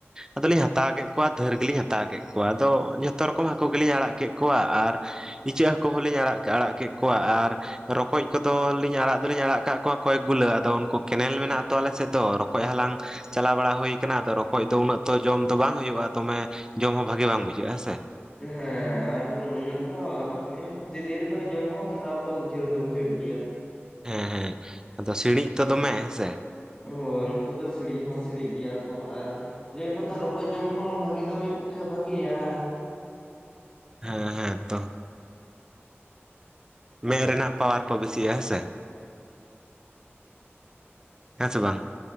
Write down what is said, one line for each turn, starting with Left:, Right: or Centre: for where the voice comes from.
Right: ᱟᱫᱟᱞᱤᱞ ᱦᱟᱛᱟᱣ ᱠᱮᱫ ᱠᱚᱣᱟ ᱫᱷᱟᱹᱨ ᱜᱮᱞᱤᱧ ᱦᱟᱛᱟᱣ ᱠᱮᱫ ᱠᱚᱣᱟ᱾ ᱟᱫᱚ ᱡᱷᱚᱛᱚ ᱨᱚᱠᱚᱢ ᱦᱟᱹᱠᱩ ᱜᱮᱞᱤᱧ ᱟᱲᱟᱜ ᱠᱮᱫ ᱠᱚᱣᱟ ᱟᱨ ᱤᱪᱟᱹᱜ ᱦᱟᱹᱠᱩ ᱦᱚᱞᱤᱧ ᱟᱲᱟᱜ ᱟᱲᱟᱜ ᱠᱮᱫ ᱠᱚᱣᱟ ᱟᱨ ᱨᱚᱠᱚᱡ ᱠᱚᱫᱚ ᱞᱤᱧ ᱟᱲᱟᱜ ᱫᱚᱞᱤᱧ ᱟᱲᱟᱜ ᱠᱟᱜ ᱠᱚᱣᱟ ᱠᱚᱭᱮᱠ ᱜᱩᱞᱟᱹ ᱟᱫᱚ ᱩᱱᱠᱩ ᱠᱮᱱᱮᱞ ᱢᱮᱱᱟᱜ ᱟ ᱛᱚ ᱟᱞᱮ ᱥᱮᱫ ᱫᱚ ᱨᱚᱠᱚᱡ ᱦᱟᱞᱟᱝ ᱪᱟᱞᱟᱣ ᱵᱟᱲᱟ ᱦᱩᱭ ᱠᱟᱱᱟ ᱨᱚᱠᱚᱡ ᱫᱚ ᱩᱱᱟᱹᱜ ᱛᱚ ᱡᱚᱢ ᱫᱚ ᱵᱟᱝ ᱦᱩᱭᱩᱜᱼᱟ ᱫᱚᱢᱮ ᱡᱚᱢ ᱦᱚᱸ ᱵᱷᱟᱜᱤ ᱵᱟᱝ ᱵᱩᱡᱷᱟᱹᱜᱼᱟ ᱦᱮᱸᱥᱮ
Left: ᱦᱮᱸ ᱟᱨ ᱩᱱᱟᱹᱜ ᱫᱚ ᱨᱚᱠᱚᱡ ᱦᱚᱸ ᱯᱨᱚᱛᱤᱫᱤᱱ ᱫᱚ ᱡᱚᱢ ᱦᱚᱸ ᱠᱷᱟᱨᱟᱯ ᱫᱚ ᱵᱩᱡᱷᱟᱹᱣ ᱫᱚ ᱵᱩᱡᱷᱟᱹᱜ ᱜᱮᱭᱟ᱾
Right: ᱦᱮᱸ ᱦᱮᱸ ᱟᱫᱚ ᱥᱤᱲᱤᱡ ᱛ ᱫᱚᱢᱮ ᱦᱮᱸᱥᱮ
Left: ᱦᱳᱭ ᱩᱱᱠᱩ ᱫᱚ ᱥᱤᱬᱤᱡ ᱦᱚᱸ ᱥᱤᱬᱤᱡ ᱜᱮᱭᱟ ᱠᱚ ᱟᱨ ᱞᱟᱹᱭ ᱟᱠᱚ ᱛᱚ ᱨᱚᱠᱚᱡᱽ ᱡᱚᱢ ᱦᱚᱸ ᱵᱷᱟᱹᱜᱤ ᱫᱚ ᱢᱤᱫ ᱯᱚᱠᱠᱷᱮ ᱵᱷᱟᱹᱜᱮᱭᱟ
Right: ᱦᱮᱸ ᱦᱮᱸ ᱛᱚ ᱢᱮᱸᱫ ᱨᱮᱱᱟᱜ ᱯᱟᱣᱟᱨ ᱠᱚ ᱵᱮᱥᱤᱜᱼᱟ ᱦᱮᱸ ᱥᱮ ᱦᱮᱸ ᱥᱮ ᱵᱟᱝ